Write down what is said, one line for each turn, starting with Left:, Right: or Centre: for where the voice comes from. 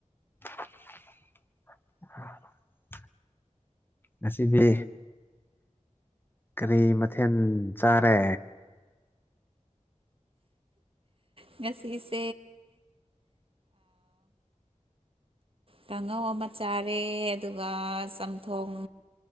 Left: <unintelligible> ꯉꯁꯤꯕꯤ ꯀꯔꯤ ꯃꯊꯦꯜ ꯆꯥꯔꯦ
Right: ꯉꯁꯤꯁꯦ ꯀꯥꯡꯉꯧ ꯑꯃ ꯆꯥꯔꯦ ꯑꯗꯨꯒ ꯆꯝꯊꯣꯡ